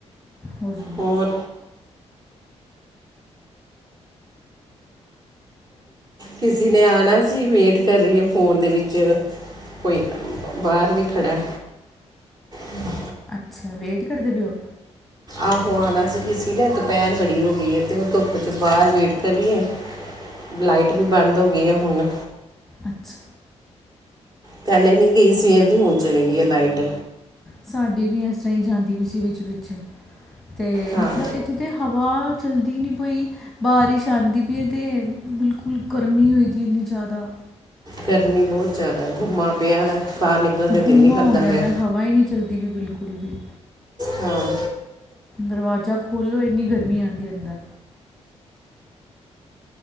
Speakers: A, in the centre; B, on the right (about 35°).
A: ਹੋ ਜਾਂਦਾ
B: ਹੋਰ ਕਿਸੇ ਨੇ ਆਉਣਾ ਸੀ, ਵੇਟ ਕਰ ਰਹੀ ਹੈ ਫੋਨ ਦੇ ਵਿੱਚ ਕੋਈ ਬਾਹਰ ਵੀ ਖੜ੍ਹਾ ਹਮ
A: ਅੱਛਾ, ਵੇਟ ਕਰਦੇ ਪਏਓ
B: ਆਹੋ ਆਉਣਾ ਸੀ ਕਿਸੇ ਨੇ, ਦੁਪਹਿਰ ਬੜੀ ਹੋ ਗਈ ਹੈ ਤੇ ਉਹ ਧੁੱਪ ਚ ਬਾਹਰ ਵੇਟ ਕਰੀਏ ਲਾਈਟ ਵੀ ਬੰਦ ਹੋ ਗਈ ਆ ਹੁਣ
A: ਅੱਛਾ
B: ਪਹਿਲੇ ਨਹੀਂ ਗਈ, ਸਵੇਰ ਦੀ ਹੁਣ ਚਲੀ ਗਈ ਹੈ ਲਾਈਟ
A: ਸਾਡੀ ਵੀ ਇਸ ਤਰ੍ਹਾਂ ਹੀ ਜਾਂਦੀ ਪਈ ਸੀ ਵਿੱਚ- ਵਿੱਚ ਤੇ
B: ਹਾਂ
A: ਮਤਲਬ ਇੱਕ ਕਿਤੇ ਹਵਾ ਚਲਦੀ ਨਹੀਂ ਪਈ ਬਾਰਿਸ਼ ਆਉਦੀ ਪਈ ਏ ਤੇ ਬਿਲਕੁਲ ਗਰਮੀ ਹੋ ਦੀ ਇੰਨੀ ਜ਼ਿਆਦਾ
B: ਗਰਮੀ ਬਹੁਤ ਜ਼ਿਆਦਾ, ਗੁੰਮਾ ਪਿਆ, ਬਾਹਰ ਨਿਕਲਣ ਦਾ ਦਿਲ
A: ਗੁੰਮਾ
B: ਨਹੀਂ ਕਰਦਾ
A: ਹੋ ਗਿਆ
B: ਪਿਆ
A: ਦਾ ਹਵਾ ਹੀ ਨਹੀਂ ਚਲਦੀ ਵੀ ਬਿਲਕੁਲ ਵੀ
B: ਹਾਂ
A: ਦਰਵਾਜ਼ਾ ਖੋਲ੍ਹੋ ਇੰਨੀ ਗਰਮੀ ਆਉਂਦੀ ਅੰਦਰ।